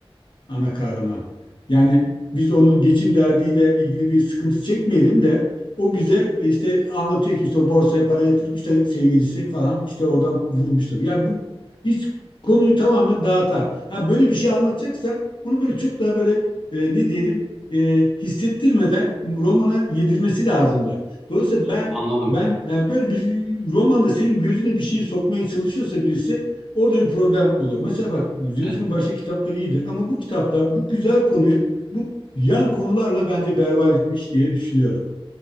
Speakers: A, on the left; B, in the centre.
A: ana kahraman. Yani biz onun geçim derdiyle ilgili bir sıkıntı çekmeyelim de o bize e, işte anlatıyor ki işte o borsaya para yatırıp işte sevgilisi falan işte oradan vurmuşlar. Ya bu hiç konuyu tamamen dağıtar. Ha böyle bir şey anlatacaksa onu böyle çok daha böyle e, ne diyelim e, hissettirmeden romana yedirmesi lazım da. Dolayısıyla
B: Hı,
A: ben
B: Anladım.
A: ben e, böyle bir romanda senin gözüne bir şey sokmaya çalışıyorsa birisi Orada bir problem oluyor. Mesela bak Zülfü'nün
B: E,
A: başka kitapları iyidir ama bu kitapta bu güzel konuyu bu yan konularla bence berbat etmiş diye düşünüyorum.